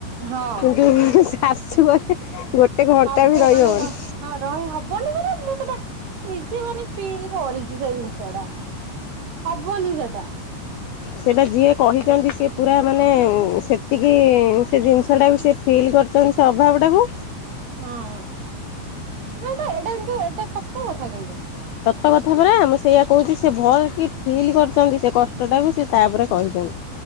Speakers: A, on the right; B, on the left.
A: ହଁ
B: କିନ୍ତୁ ଶାଶୁ ଘରେ ଗୋଟେ ଘଣ୍ଟା
A: ସବୁ
B: ବି ରହିହବନି।
A: ମାନେ ହଁ ରହିହବନି ମାନେ ମୁଁ ସେଟା ନିଜେ ମାନେ ଫିଲ୍ କରିଛି ସେ ଜିନିଷ ଟା। ହବନି ସେଟା।
B: ସେଟା ଯିଏ କହିଛନ୍ତି ସିଏ ପୁରା ମାନେ ସେତିକି ସେ ଜିନିଷ ଟାକୁ ସେ ଫିଲ୍ କର ସେମିତି ସଭାବଟାକୁ।
A: ହଁ ନା ଏଟା ଏଟା କିନ୍ତୁ ଏଇଟା ସତ କଥା କିନ୍ତୁ।
B: ସତ କଥା ପରା ମୁଁ ସେଇଆ କହୁଛି ସେ ଭଲ କି ଫିଲ୍ କରିଛନ୍ତି ସେ କଷ୍ଟଟାକୁ ସେ ତାପରେ କହିଛନ୍ତି।